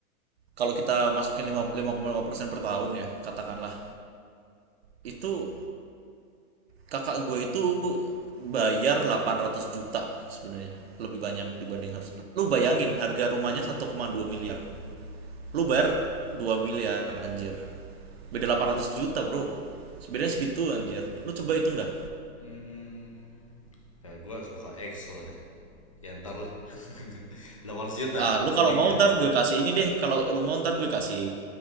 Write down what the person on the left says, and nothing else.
Hmm, ya gue harus buka Excel dah ya ntar lah <laughs> 800 juta
lebihnya